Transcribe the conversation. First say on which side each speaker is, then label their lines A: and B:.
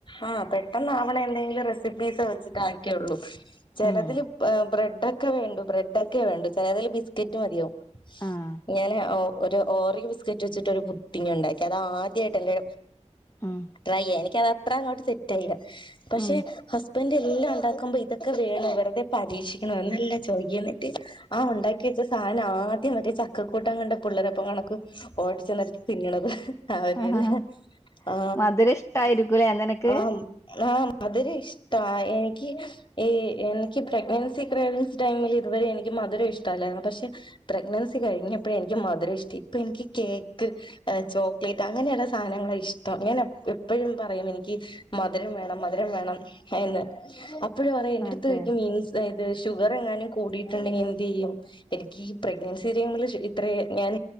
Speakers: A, on the left (about 40°); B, on the left (about 25°).
A: ആഹ് പെട്ടെന്ന് അവാണ എന്തെങ്കിലും റെസിപ്പീസ് വെച്ചിട്ട ആക്കിയ ഒള്ളൂ ചിലതിൽ
B: ഉം
A: ഏഹ് ബ്രെഡ് ഒക്കെ വേണ്ടു ബ്രെഡ് ഒക്കെ വേണ്ടു ചിലതിൽ ബിസ്ക്കറ്റ് മതിയാവും
B: ആഹ്
A: ഞാന് ഒ ഒരു ഓറിയോബിസ്കറ്റ് വെച്ചിട്ട് ഒരു പു സിംങ്ങ് ഉണ്ടാക്കി. അത് ആദ്യമായിട്ട് എന്റെ
B: ഉം
A: ട്രൈ ചെയ്യ. എനിക്കത് അത്ര അങ്ങോട്ട് സെ സെറ്റയില്ല പക്ഷെ
B: ഉം
A: ഹസ് ഹസ്‌ബന്റ് എല്ലാം ഉണ്ടാക്കുമ്പോ ഇതൊക്കെ വേണം. വെറുതെ പരീക്ഷിക്കണോ എന്നല്ല ചോദിക്കന്നിട്ട് ആ, ഉണ്ടാക്കി വെച്ച സാധനം ആദ്യം ഒറ്റേ ചക്കക്കൂട്ടം കണ്ട പിള്ളേരൊപ്പ കണക്ക് ഓടിച്ചെന്നിട്ട് തിന്നണത്. അവരെന്നെ
B: ആഹ്
A: ആ,
B: മധുരം ഇഷ്ടായിരിക്കൂലേ നിനക്ക്
A: ആം. ആം. അതൊരിഷ്ടാ എനിക്ക് ഏയ്‌ എനിക്ക് പ്രഗ്നൻസി ട്രയൽസ് ടൈമിൽ ഇതുവരെ എനിക്ക് മധുരം ഇഷ്ടമല്ലായിരുന്നു. പക്ഷേ പ്രഗ്നൻസി കഴിഞ്ഞപ്പോഴ എനിക്ക് മധുരം ഇഷ്ടം. ഇപ്പോ എനിക്ക് കേക്ക് ചോക്ലേറ്റ് അങ്ങനെയുള്ള സാധനങ്ങള ഇഷ് ഇഷ്ട്ടം ഞാൻ എപ്പോഴും പറയും എനിക്ക് മധുരം വേണം മധുരം വേണം എന്ന് അപ് അപ്പോഴും പറയും എന്റെടുത്ത്
B: അതെ
A: ഇൻസ് ഇത് ഷുഗർ എങ്ങാനും കൂടിട്ടുണ്ടെങ്കിൽ എന്ത് ചെയ്യും? എനിക്ക് ഈ പ്രഗ്നൻസി ടെയ്മിൽ ശ ഇത്ര ഞാൻ